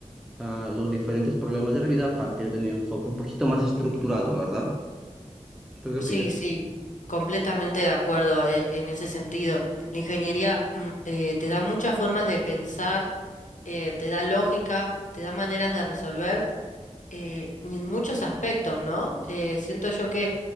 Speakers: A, in the centre; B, on the left.
A: ah, los diferentes problemas de la vida a partir de un enfoque un poquito más estructurado, ¿verdad? ¿Tú qué opinas?
B: Sí, sí, completamente de acuerdo eh, en ese sentido. La ingeniería <clears throat> eh, te da muchas formas de pensar, eh, te da lógica, te da maneras de resolver. eh, y en muchos aspectos, ¿no? Eh, siento yo que